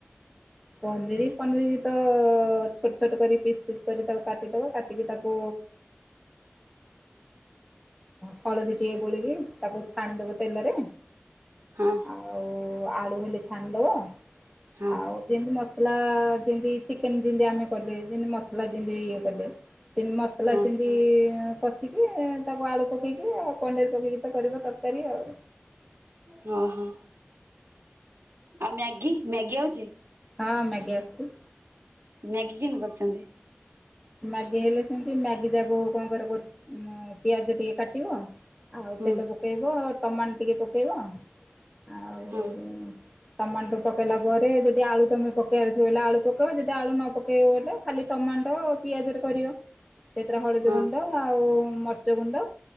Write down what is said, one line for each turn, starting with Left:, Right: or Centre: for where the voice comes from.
Centre: ପନିରି ପନିରି ତ ଛୋଟ ଛୋଟ କରି ପିସ୍ ପିସ୍ କରି ତାକୁ କାଟିଦେବ କାଟିକି ତାକୁ ହଳଦୀ ଟିକେ ଗୋଳେଇକି ତାକୁ ଛାଣିଦେବ ତେଲରେ
Right: ହଁ
Centre: ଆଉ ଆଳୁ ହେଲେ ଛାଣିଦବ
Right: ହଁ
Centre: ଆଉ। ଯେମିତି ମସଲା ଯେମିତି ଚିକେନ ଯେମିତି ଆମେ କଲେ ଯେମତି ମସଲା ଯେମିତି ଇଏ କଲେ ସେମତି ମସଲା
Right: ହଁ
Centre: ସେମିତି କଷିକି ତାକୁ ଆଳୁ ପକେଇକି ଆଉ ପନିରି ପକେଇକି ତ କରିବ ତରକାରୀ ଆଉ।
Right: ହଁ ହଁ। ଆଉ ମ୍ୟାଗି ମ୍ୟାଗି ଆଉଛି?
Centre: ହଁ ମ୍ୟାଗି ଆସିଛି।
Right: ମ୍ୟାଗି କେନ୍ତି କରୁଛନ୍ତି।
Centre: ମ୍ୟାଗି ହେଲେ ସେମିତି ମ୍ୟାଗି ଯାକୁ କଣ କରିବ ପିଆଜ ଟିକେ କାଟିବ। ଆଉ
Right: ହୁଁ
Centre: ତେଲ ପକେଇବ। ଟମା ଟିକେ ପକେଇବ। ଆଉ
Right: ହଁ
Centre: ଏ ଟମାଟୋ ପକାଇଲା ପରେ ଯଦି ଆଳୁ ତୁମେ ପକାଇବାର ଥିବ ବଲେ ଆଳୁ ପକାଇବ ଯଦି ଆଳୁ ନ ପକାଇବ ବଲେ ଖାଲି ଟମାଟ ପିଆଜ ରେ କରିବ ସେଥିରେ ହଳଦୀ
Right: ହଁ
Centre: ଗୁଣ୍ଡ ଆଉ ମରିଚ ଗୁଣ୍ଡ।